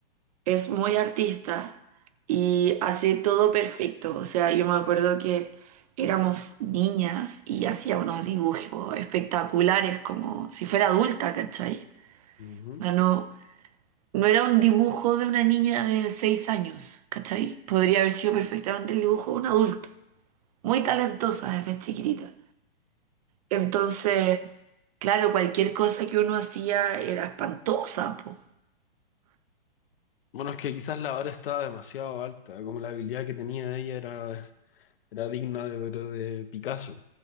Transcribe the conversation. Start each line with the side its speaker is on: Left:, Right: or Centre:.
Right: es muy artista y hace todo perfecto. O sea, yo me acuerdo que éramos niñas y hacía unos dibujos espectaculares, como si fuera adulta, ¿cachai?
Left: Wow.
Right: No,
Left: <laughs>
Right: no, no era un dibujo de una niña de seis años, ¿cachai? Podría haber sido perfectamente el dibujo de un adulto. Muy talentosa desde chiquitita. Entonces, claro, cualquier cosa que uno hacía era espantosa, po.
Left: Bueno, es que quizás la hora estaba demasiado alta, como la habilidad que tenía ella era, era digna de, pero de Picasso.